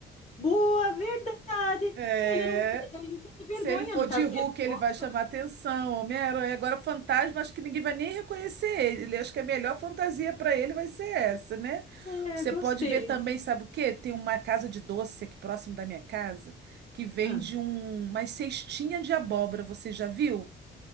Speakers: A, on the left (about 35°); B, on the right (about 60°).
A: Boa, verdade.
B: É,
A: Ele não tem, daí não precisa ter vergonha,
B: se ele for
A: não tá
B: de
A: vendo
B: Hulk, ele
A: o rosto,
B: vai chamar
A: né?
B: atenção, Homem-Aranha. Agora, fantasma, acho que ninguém vai nem reconhecer ele. Ele- Acho que a melhor fantasia para ele vai ser essa, né?
A: É,
B: Você
A: gostei.
B: pode ver também, sabe o quê? Tem uma casa de doce aqui próximo da minha casa que vende
A: Ah,
B: um, umas cestinha de abóbora. Você já viu?